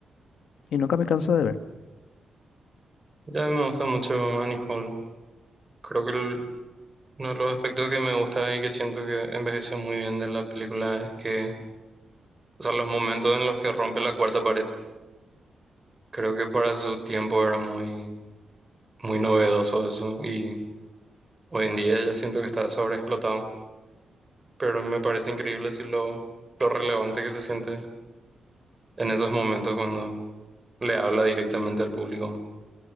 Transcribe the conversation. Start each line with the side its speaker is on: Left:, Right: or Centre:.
Left: Y nunca me canso de ver.
Right: Ya me gusta mucho Annie Hall. Creo que el- uno de los aspectos que me gusta y que siento que envejeció muy bien de la película es que, o sea, los momentos en los que rompe la cuarta pared, creo que para su tiempo era muy, muy novedoso eso y hoy en día ya siento que está sobreexplotado, pero me parece increíble si lo, lo relevante que se siente en esos momentos cuando le habla directamente al público